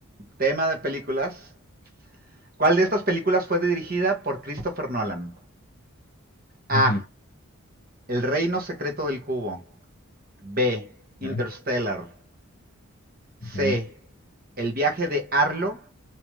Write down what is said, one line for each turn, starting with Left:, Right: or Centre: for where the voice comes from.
Right: tema de películas. ¿Cuál de estas películas fue dirigida por Christopher Nolan? A.
Left: Ujú,
Right: El reino secreto del cubo. B. Interstellar.
Left: ujú,
Right: C.
Left: ujú,
Right: El viaje de Arlo.